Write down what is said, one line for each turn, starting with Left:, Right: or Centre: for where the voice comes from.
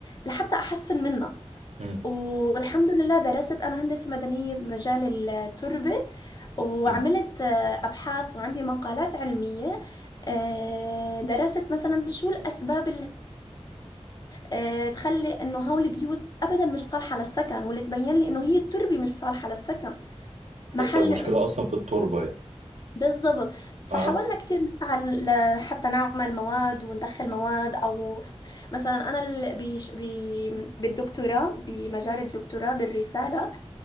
Left: لحتى أحسن منها
Right: امم
Left: والحمد لله درست أنا هندسة مدنية بمجال التربة وعملت
Right: امم
Left: آه، أبحاث وعندي مقالات علمية آه، درست مثلا شو الأسباب اللي آه، تخلي إنه هول البيوت أبدا مش صالحة للسكن واللي تبين لي إنه هي التربة مش صالحة للسكن محل
Right: هي بتبقى مشكله اصلا في التربه يعني
Left: بالظبط فحاولنا
Right: اه
Left: كتير نسعى ل- حتى نعمل مواد وندخل مواد او مثلا انا ال- بيش بي بالدكتوراه بمجال الدكتوراه بالرساله